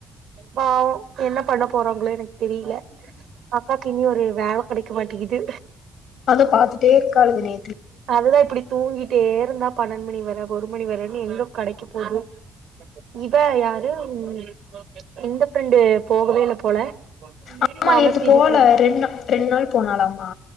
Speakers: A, on the right (about 80°); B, on the left (about 75°).
A: பாவோ என்ன பண்ண போறாங்களொ எனக் தெரியில அக்காக்கு இனி ஒரு வேல கெடைக்க மாட்டிக்கிது
B: அத பாத்துட்டே இருக்காளுங்க நே
A: அதுதா இப்பிடி தூங்கி ட்டேருந்தா பன்னெண் மணி வர ஒரு மணி வரன்னு எங்க கடைக்கு போது இவ யாரு ம் இந்த ஃப்ரெண்டு போகவே இல்ல போல
B: ஆமா
A: தாமஸ்
B: நேத்து
A: வீதி
B: போல
A: ஃப்ரெண்டு
B: ரெண் நா ரெண் நாள் போனாளாம்மா